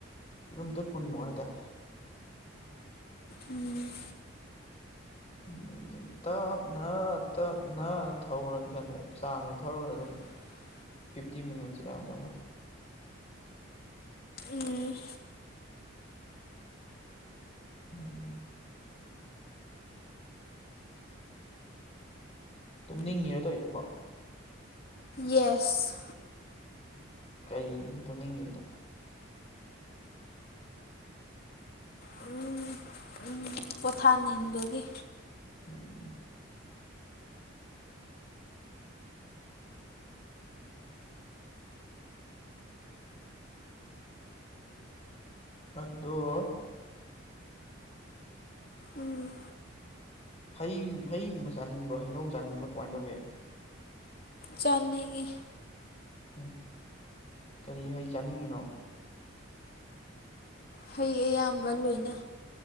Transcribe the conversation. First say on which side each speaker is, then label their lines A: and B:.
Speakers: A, on the left; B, on the left.
A: ꯀꯤꯂꫭꯃꯤꯇꯔ ꯀꯨꯟꯃꯨꯛ ꯍꯥꯏꯇꯥꯔꯦ
B: ꯎꯝ
A: ꯑꯗꯨꯗꯤ ꯇꯞꯅ ꯇꯞꯅ ꯊꯧꯔꯒꯅ ꯆꯥꯡꯗ ꯊꯧꯔꯒꯅ ꯑꯗꯨꯝ
B: <inaudible>
A: ꯐꯤꯐꯇꯤ ꯃꯤꯅꯠꯁꯑꯗꯥꯏꯃꯨꯛ ꯆꯪ ꯃꯥꯜ
B: ꯎꯝ
A: ꯎꯝ ꯇꯨꯝꯅꯤꯡꯉꯤꯔ ꯇꯧꯏꯖꯤꯕꯣ
B: ꯌꯦꯁ
A: ꯀꯩꯒꯤꯅ ꯇꯨꯝꯅꯤꯡꯉꯤꯗꯨꯅ
B: ꯎꯝ ꯎꯝ ꯄꯣꯊꯥꯅꯤꯡꯕꯒꯤ
A: ꯎꯝ ꯑꯗꯗꯣ
B: ꯎꯝ
A: ꯍꯩ ꯍꯩꯒꯨꯝꯕ ꯆꯥꯅꯤꯡꯕ꯭ꯔꯣ ꯍꯩꯅꯧ ꯆꯥꯅꯤꯡꯕ꯭ꯔꯣ ꯀꯃꯥꯏ ꯇꯧꯒꯦ
B: ꯆꯥꯅꯤꯉꯤ
A: ꯎꯪ ꯀꯔꯤ ꯍꯩ ꯆꯥꯅꯤꯡꯉꯤꯅꯣ
B: ꯍꯩ ꯑꯌꯥꯝꯕ ꯂꯣꯏꯅ